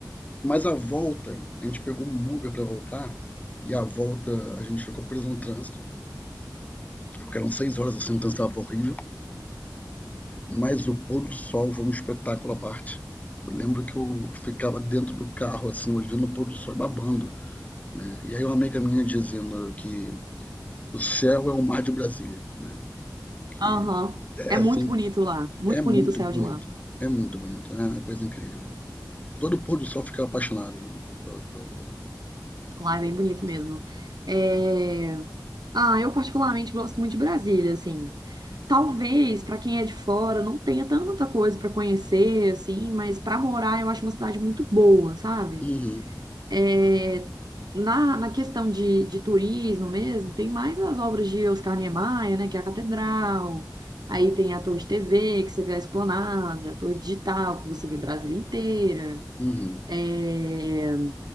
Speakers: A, on the left (about 20°); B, on the right (about 65°).
A: Mas a volta, a gente pegou um Uber para voltar. E a volta a gente ficou preso no trânsito, porque eram seis horas assim, o trânsito estava horrível. Mas o pôr do sol foi um espetáculo à parte. Eu lembro que eu ficava dentro do carro, assim, olhando o pôr do sol e babando. Né? E aí uma amiga minha dizendo que o céu é o mar de Brasília. Né? Que
B: Aham.
A: é
B: É
A: é,
B: muito
A: assim,
B: bonito lá. Muito
A: é muito
B: bonito o céu
A: bonito,
B: de lá.
A: é muito bonito, é uma coisa incrível. Todo pôr do sol fica apaixonado, né, por- por-
B: Lá é
A: por-
B: bem
A: por
B: bonito
A: Brasília.
B: mesmo. É... Ah, eu particularmente gosto muito de Brasília, assim. Talvez pra quem é de fora não tenha tanta coisa pra conhecer, assim, mas pra morar eu acho uma cidade muito boa, sabe?
A: Uhum,
B: É, Na, na questão de, de turismo mesmo, tem mais as obras de Oscar Niemeyer, né, que é a Catedral, aí tem a Torre de TV, que você vê a Esplanada, a Torre Digital, que você vê Brasília inteira.
A: uhum,
B: É...